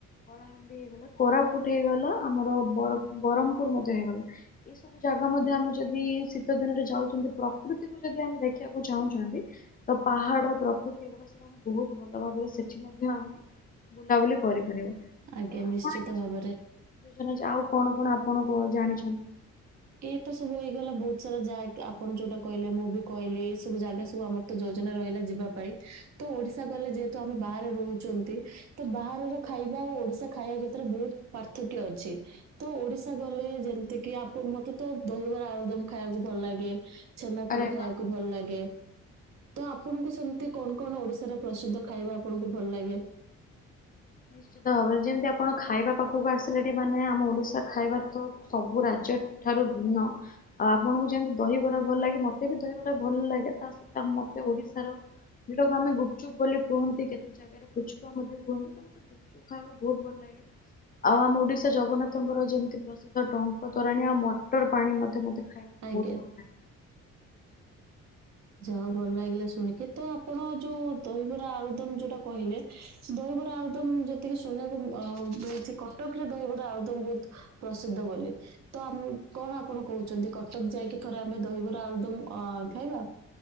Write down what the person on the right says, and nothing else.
ଆଜ୍ଞା
ନିଶ୍ଚିତ
ଭାବରେ
ଏଇ ତ ସବୁ ହେଇଗଲା ବହୁତ ସାରା ଜାଗ ଆପଣ ଯୋଉଟା କହିଲେ ମୁଁ ବି କହିଲି ଏଇ ସବୁ ଜାଗା ସବୁ ଆମର ତ ଜୟ ଯୋଜନା ରହିଲା ଯିବା ପାଇଁ ତ ଓଡିଶା ଗଲେ ଯେହ ତ ଆମେ ବାହାରେ ରହୁଛନ୍ତି ତ ବାହାରର ଖାଇବା ଓ ଓଡିଶା ଖାଇବା ଭିତରେ ବହୁତ ପାର୍ଥକ୍ୟ ଅଛି। ତ ଓଡିଶା ଗଲେ ଯେମତି କି ଆପ ମତେ ତ ଦହିବରା ଆଳୁଦମ ଖାଇବାକୁ ଭଲ ଲାଗେ ଛେନା ପୋଡ
ଖାଇବାକୁ
ଭଲ ଲାଗେ। ତ ଆପଣଙ୍କୁ ସେମିତି କଣ କଣ ଓଡିଶାର ପ୍ରସିଦ୍ଧ ଖାଇବା ଆପଣଙ୍କୁ ଭଲ ଲାଗେ?
ଆଜ୍ଞା
ଯାହେଉ ଭଲ ଲାଗିଲା ଶୁଣିକି ତ ଆପଣ ଯୋଉ ଦହିବରା ଆଳୁଦମ ଯୋଉଟା କହିଲେ ସେ ଦ ଦହିବରା ଆଳୁଦମ ଯେତିକି ଶୁଣିବାକୁ ମିଳିଛି କଟକରେ ଦହିବରା ଆଳୁଦମ ବହୁତ ପ୍ରସିଦ୍ଧ ବୋଲି ତ କଣ ଆପଣ କହୁଛନ୍ତି କଟକ ଯାଇକି ଥରେ ଆମେ ଦହିବରା ଆଳୁଦମ ଅ ଖାଇବା?